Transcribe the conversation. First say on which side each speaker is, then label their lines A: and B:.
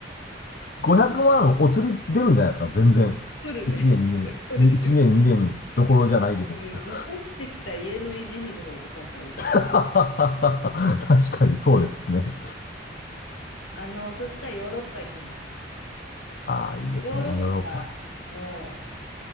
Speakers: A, on the left (about 50°); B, on the left (about 85°).
A: 500万お釣り出るんじゃないですか、全然。
B: 来るね。
A: 1年、
B: <laughs>
A: 2年、
B: そうですよね。
A: に1年、2年どころじゃないですね、
B: うん、
A: きっと。<laughs>
B: 残してきた家の維持費の方がかかるって
A: 確かにそうですね。
B: いう。うんあの、そしたらヨーロッパ行きます。
A: ああ、いいですね。
B: ヨーロッパの、
A: ヨーロッパ。